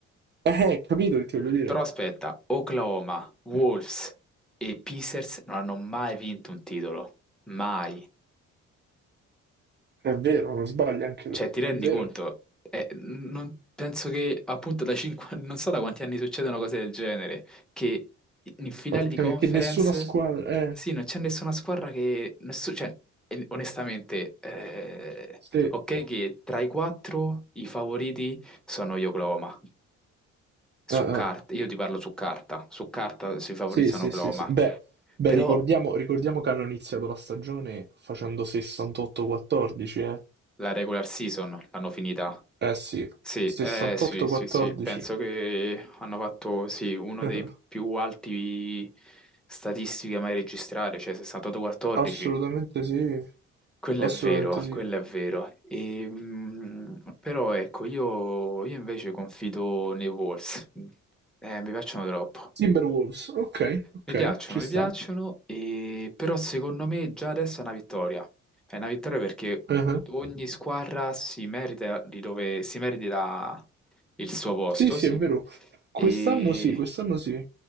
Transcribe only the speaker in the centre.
Però aspetta, Oklahoma, Wolves
e Pacers non hanno mai vinto un titolo, mai.
Cioè,
ti
rendi
conto? Eh, non- penso che appunto da 5, <laughs> non so da quanti anni succedono cose del genere, che in finale
di conference,
sì, non c'è nessuna squadra che... nessu- cioè, eh, onestamente, eh,
ok che tra i quattro i favoriti sono gli Oklahoma, su
carta,
io ti parlo su carta, su carta i favoriti
sono
Oklahoma.
Però
La regular season l'hanno finita.
Sì,
eh, sì, sì, sì, penso che hanno fatto sì, uno
dei più alti statistiche mai registrare, cioè 68-14.
Quello
è vero,
quello è vero. E, mh, però ecco, io, io invece confido nei Wolves. Eh, mi piacciono troppo.
Mi piacciono,
mi
piacciono, e- però secondo me già adesso è una vittoria. È una vittoria perché
ogni squadra si merita di dove si merita il suo posto,
sì.
E